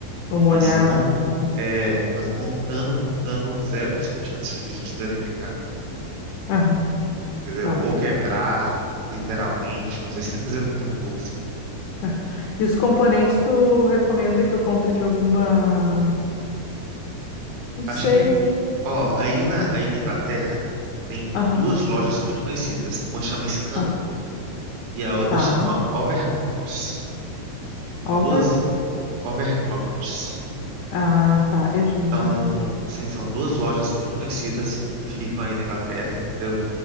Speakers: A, on the left (about 70°); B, on the right (about 75°).
A: Ou molhar,
B: Mas, mon,
A: alguma coisa
B: é,
A: assim.
B: mas montando, montando, zero por cento de chance de te danificar,
A: Aham.
B: entendeu?
A: Tá.
B: Ou quebrar, literalmente, mas aí você tem que fazer muita força.
A: Aham. E os componentes tu recomenda que eu compre de alguma. Não sei.
B: Acho que, ó, aí na, aí na Inglaterra tem
A: Aham.
B: duas lojas muito conhecidas. Uma chama Scan
A: Ah,
B: e a outra
A: tá.
B: chama Overclockers. São
A: Over?
B: duas Overclockers.
A: Ah, tá. Eu já vi.
B: Então,
A: Aham.
B: sim, são duas lojas muito conhecidas que ficam aí na Inglaterra, entendeu?